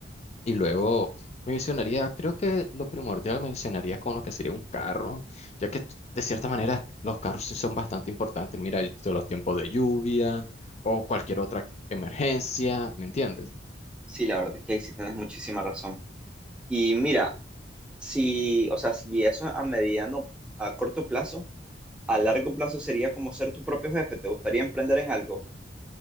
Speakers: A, on the left; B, in the centre.
A: y luego me visionaría, creo que lo primordial me visionaría con lo que sería un carro, ya que t- de cierta manera los carros sí son bastante importantes. Mira, de los tiempos de lluvia o cualquier otra emergencia, ¿me entiendes?
B: Sí, la verdad es que ahí sí tienes muchísima razón. Y mira, si, o sea, si eso a mediano, a corto plazo, a largo plazo sería como ser tu propio jefe. ¿Te gustaría emprender en algo?